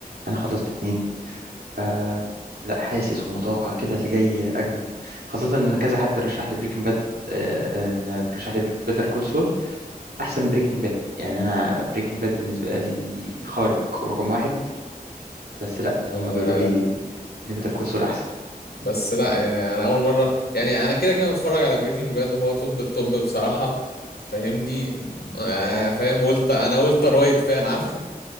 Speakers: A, on the right; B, on the left.
A: أنا خلصت اتنين ف... لا حاسس ومتوقع كده اللي جاي أجمد خاصة إن كذا حد رشح لي بريكنج باد إن رشح لي بيتر كول سول أحسن بريكنج باد يعني أنا بريكنج باد بالنسبة لي خارق ورقم واحد بس لا إن
B: آه
A: هم بيقولوا لي إن بيتر كول سول أحسن
B: بس لا يعني انا اول مره يعني انا كده كده متفرج على بريكنج باد وهو توب التوب بصراحه فاهمني آه فاهم قلت انا قلت رايت فان عامه